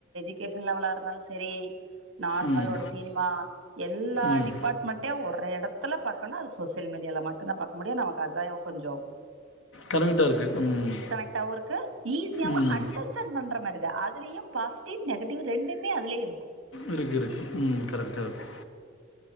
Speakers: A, on the right (about 70°); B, on the left (about 70°).
A: <unintelligible> லெவலா இருந்தாலு செ செரி நார்மல்
B: ம்.
A: ஒரு சினிமா எல்லா
B: ம்.
A: டிபார்ட்மெண்ட்டே ஒர் எட த்துல பாக்கம்னா அது சோசியல் மீடியால மட்டும்தா பாக்க முடியு நமக்கு அதாயோ கொஞ்சோ
B: கன்வீனியன்ட்டா இருக்கு. ம்.
A: கனெக்ட் ஆவுருக்கு ஈஸியாவ
B: ம்.
A: அண்டர்ஸ்டாண்ட் பண்ற மாரிக் <inaudible> அதுலயு பாசிட்டிவ் நெகட்டிவ் ரெண்டுமே அதுலயு
B: இருக்கு இருக்கு ம் கரெக்ட் கரெக்ட்